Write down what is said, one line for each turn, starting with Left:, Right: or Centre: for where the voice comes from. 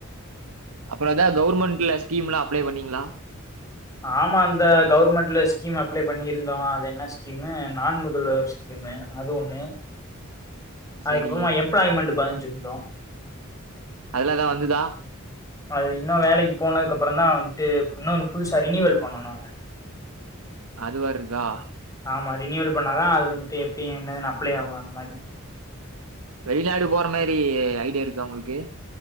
Right: அப்பறந்தா கவர்மெண்ட்ல ஸ்கீம்லா அப்ளை பண்ணீங்களா
Left: ஆமா அந்த கவுவர்மெண்ட்ல ஸ்கீம் அப்ளை பண்ணியிருந்தோ அது என்ன ஸ்கீம் நான் முதல்வர் ஸ் திம்ப அது ஒண்ணு அதுக்கப்பறமா
Right: சரி
Left: எம்ப்ளாய்மெண்ட் பதிஞ்சிருந்தோ
Right: அதெல எதா வந்துதா
Left: அது இன்னு வேலைக்கு போனதுக்ப்பறந்தா வந்துட்டு இன்னொன்னு புதுசா ரினிவல் பண்ணனு <inaudible>
Right: அதுவேற இருக்கா
Left: ஆமா ரினிவல் பண்ணாதா அது வந்துட்டு எப்டி என்னதுன்னு அப்ளை ஆக அந்த மாரி
Right: வெளிநாடு போற மாரி ஐடியா இருக்கா உங்களுக்கு